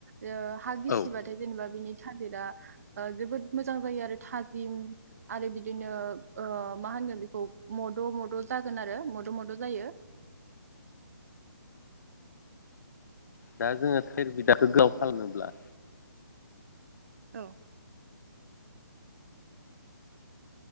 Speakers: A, on the right; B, on the left.
A: एयो हा गिसिबाथाय
B: औ
A: जेनेबा बिनि थालिरा ओ जोबोद मोजां जायो आरो थाजिम आरो बिदिनो ओ माहोनो बेखौ म- द' मद' जागोन आरो मद' मद' जायो।
B: दा जोङो थिर बिदाखौ गोलाव खामनोब्ला
A: औ।